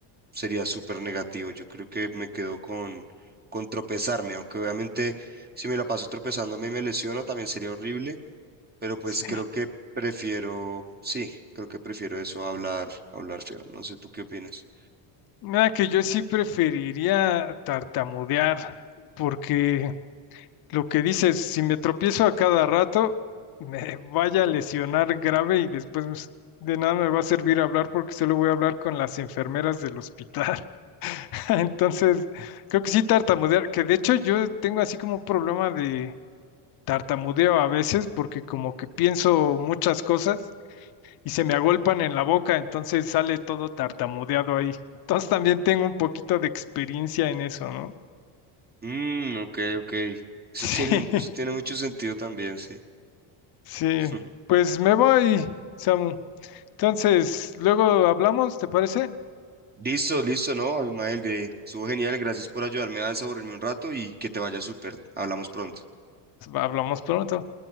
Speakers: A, on the right; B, on the left.
A: sería súper negativo. Yo creo que me quedo con, con tropezarme, aunque obviamente si me la paso tropezándome y me lesiono también sería horrible, pero pues
B: Sí.
A: creo que prefiero, sí, creo que prefiero eso, a hablar, a hablar feo. No sé, ¿tú qué opinas?
B: Nada, que yo sí preferiría tartamudear, porque lo que dices, si me tropiezo a cada rato, me vaya a lesionar grave y después pues, de nada me va a servir hablar porque solo voy a hablar con las enfermeras del hospital. <laughs> Entonces, creo que sí tartamudear, que de hecho yo tengo así como un problema de tartamudeo a veces porque como que pienso muchas cosas y se me agolpan en la boca, entonces sale todo tartamudeado ahí. Entonces también tengo un poquito de experiencia en eso, ¿no?
A: Mm, ok, ok. Eso
B: <laughs>
A: tiene, un- eso tiene
B: Sí,
A: mucho sentido también, sí.
B: sí.
A: <laughs>
B: Pues me voy, Samu. Entonces, luego hablamos, ¿te parece?
A: Listo, listo, ¿no? Abimael, que estuvo genial. Gracias por ayudarme a desaburrirme un rato y que te vaya súper. Hablamos pronto.
B: Hablamos pronto.